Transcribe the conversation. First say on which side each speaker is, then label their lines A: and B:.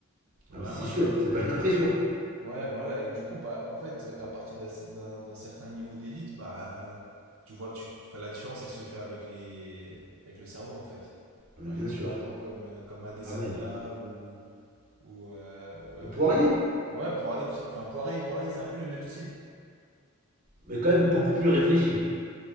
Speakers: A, on the right; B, on the right.
A: Vraiment,
B: Ah, mais c'est sûr,
A: j'ai l'impression.
B: c'est pas une impression.
A: Ouais, voilà. Et du coup, bah, en fait, à partir d'un d'un- d'un certain niveau d'élite, bah, tu vois, tu, enfin, la différence, elle se fait avec les, avec le cerveau, en fait.
B: Ah, Mais
A: Genre
B: bien
A: les combattants
B: sûr.
A: comme, euh, comme Adesanya
B: Amen.
A: ou, ou, euh,
B: Ou Poirier,
A: ouais, ou- ouais, Poirier, tout ça. Enfin, Poirier, Poirier, c'est un peu le même style.
B: mais quand même beaucoup plus réfléchi.